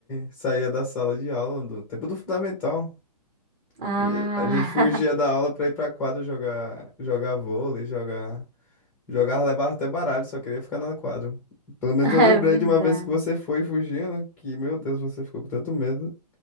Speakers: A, in the centre; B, on the right (about 20°).
A: saía da sala de aula, do tempo do fundamental.
B: ah,
A: E A gente fugia da aula pra ir pra quadra jogar, jogar vôlei, jogar, jogar, levar até baralho, só queria ficar na quadra. Pelo menos
B: <laughs>
A: eu lembrei
B: é verdade.
A: de uma vez que você foi fugindo, que, meu Deus, você ficou com tanto medo.